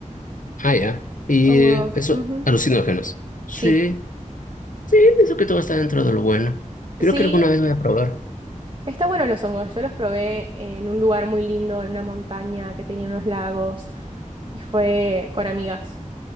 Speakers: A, on the left (about 80°); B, on the right (about 40°).
A: Ah, ya. Y
B: Hongos.
A: eh, eso,
B: ujú.
A: alucinógenos. Sí,
B: Sí.
A: sí, pienso que todo está dentro de lo bueno. Creo
B: Sí,
A: que alguna vez voy a probar.
B: está bueno los hongos. Yo los probé en un lugar muy lindo, en una montaña que tenía unos lagos. Y fue con amigas.